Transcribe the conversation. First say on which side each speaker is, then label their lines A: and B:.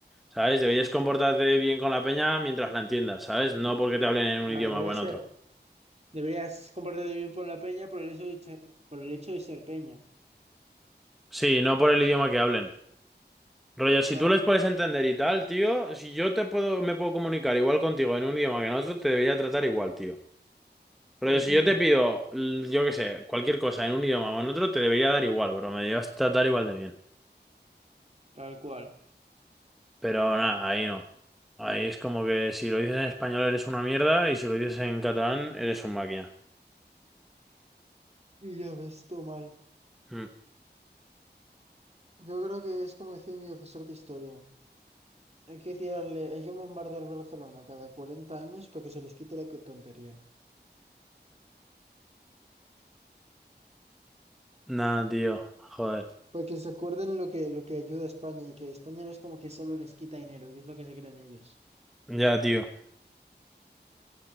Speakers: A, in the centre; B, on the right (about 35°).
A: ¿Sabes? Deberías
B: Sí,
A: comportarte
B: bro.
A: bien con la peña mientras la entiendas, ¿sabes? No porque te hablen en
B: Claro,
A: un idioma
B: debería
A: o en
B: ser.
A: otro.
B: Deberías comportarte bien por la peña por el hecho de, che- por el hecho de ser peña.
A: Sí, no por el idioma que hablen. Rollo,
B: Claro.
A: si tú les puedes entender y tal, tío, si yo te puedo, me puedo comunicar igual contigo en un idioma que en otro, te debería tratar igual, tío. Rollo,
B: Ujú.
A: si yo te pido, l- yo qué sé, cualquier cosa en un idioma o en otro, te debería dar igual, bro. Me deberías tratar igual de bien.
B: Tal cual.
A: Pero nada, ahí no. Ahí es como que si lo dices en español eres una mierda y si lo dices en catalán eres un máquina.
B: Y ya ves, todo mal.
A: Mm.
B: Yo creo que es como decía mi profesor de historia. Hay que tirarle, hay que bombardear Barcelona cada 40 años para que se les quite la co- tontería.
A: Nada, tío. Joder.
B: Para que se acuerden lo que, lo que ayuda a España y que España no es como que solo les quita dinero, que es lo que se creen ellos.
A: Ya, tío.